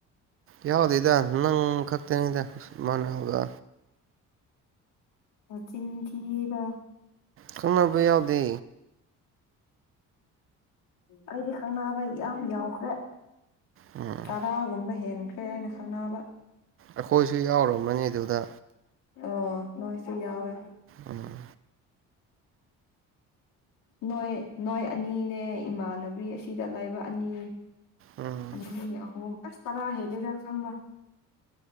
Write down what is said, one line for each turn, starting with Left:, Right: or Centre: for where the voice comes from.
Right: ꯌꯥꯎꯗꯦꯗ ꯅꯪ ꯈꯛꯇꯅꯤꯗ ꯃꯥꯅ ꯍꯪꯕ
Left: ꯆꯤꯟꯊꯕ
Right: ꯈꯪꯅꯕ ꯌꯥꯎꯗꯦ
Left: ꯑꯩꯗꯤ ꯈꯪꯕ ꯌꯥꯝ ꯌꯥꯎꯈ꯭ꯔꯦ
Right: ꯎꯝ
Left: ꯇꯔꯥ ꯒꯨꯝꯃꯦ ꯍꯦꯟꯈ꯭ꯔꯦ ꯑꯩꯅ ꯈꯪꯅꯕ
Right: ꯑꯈꯣꯏꯁꯨ ꯌꯥꯎꯔꯝꯃꯅꯤ ꯗꯨꯗ
Left: ꯑꯣ ꯅꯣꯏꯁꯨ ꯌꯥꯎꯋꯦ
Right: ꯎꯝ
Left: ꯅꯣꯏ ꯅꯣꯏ ꯑꯅꯤꯅꯦ ꯏꯃꯥꯟꯅꯕꯤ ꯑꯁꯤꯗ ꯂꯥꯏꯕ ꯑꯅꯤ
Right: ꯎꯝ
Left: ꯑꯗꯒꯤ ꯑꯍꯨꯝ ꯑꯁ ꯇꯔꯥ ꯍꯦꯂꯗ ꯆꯪꯕ